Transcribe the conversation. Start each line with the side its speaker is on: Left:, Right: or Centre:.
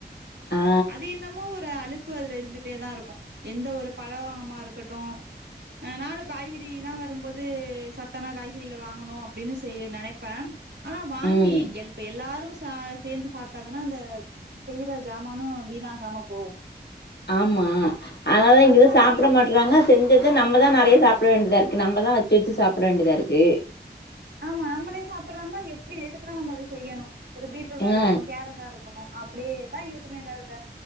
Left: ஆ
Right: அது என்னமோ ஒரு அலுப் பு அதுல இருந்துகிட்டே தா இருக்கு எந்த ஒரு பழமா இருக்கட்டு அ நானு காய்கறி லா வரும்போது சத்தானா காய்கறிகள் வாங்கணு அப்டின்னு சே நெனப்பே ஆனா வாங்கி
Left: ம்
Right: எல் இப்ப எல்லாரு ச சேந்து சாப் புட்டா தான அந்த செய்யற சாமானோ வீணாகாம போவு
Left: ஆமா அதனால தா
Right: அது
Left: இத
Right: மாரி
Left: சாப்ட மாட் றாங்க செஞ்சத நம்மதா நெறய சாப்ட வேண்டியதா இருக்கு நம்மதா வச்சு வச்சு சாப்ட வேண்டியதா இருக்கு
Right: ஆமா நம்ளே சாப்ட்றா இருந்தா எப்டி எதுக்குன்னா நம்ம அத செய்யணு ஒரு பீட்ரூட்டா இருக்கட்டு
Left: ஆ
Right: கேரட்டா இருக்கணு அப் அப்டியேதா இருக்குமே தவிர